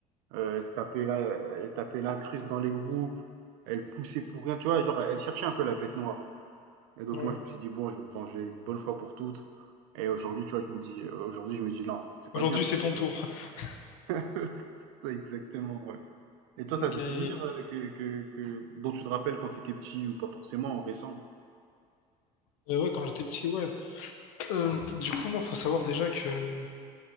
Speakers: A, on the right (about 75°); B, on the left (about 75°).
A: Heu, elle tapait la elle tapait l'incruste dans les groupes, elle poussait pour rien, tu vois? Genre, elle cherchait un peu la bête noire et donc
B: Ouais.
A: moi, je me suis dit: «Bon, je vais me venger une bonne fois pour toutes» et aujourd'hui, tu vois, je me dis, euh, aujourd'hui, je me dis: «Non, c'est pas
B: Aujourd'hui,
A: bien ce
B: c'est
A: que
B: ton
A: j'ai
B: tour.
A: fait».
B: <laughs>
A: <laughs> Ouais, exactement, ouais et toi, t'as
B: Ok.
A: des
B: Euh,
A: souvenirs, heu, que que que dont tu te rappelles quand t'étais petit ou pas forcément, récents?
B: ouais, quand j'étais petit, ouais. Euh, du coup, moi, faut savoir déjà que euh,